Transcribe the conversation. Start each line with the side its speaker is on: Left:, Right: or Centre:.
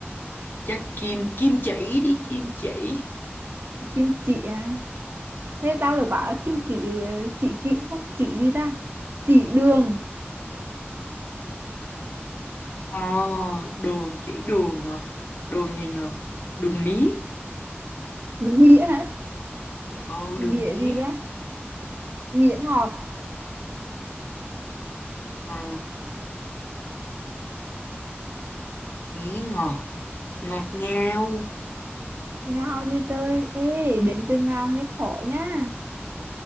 Left: chắc kim kim chỉ đi kim chỉ
Right: kim chỉ à thế tao được bảo là kim chỉ chỉ kim không chỉ gì ta chỉ đường
Left: Ờ, đường chỉ đường hả đường gì nhờ đường mía
Right: đúng nghĩa hả
Left: ừ đường
Right: mía
Left: mía
Right: gì ra, mía ngọt
Left: Ờ, mía ngọt ngọt ngào
Right: ngao gì trời ê đến từ ngao nghe khó nhá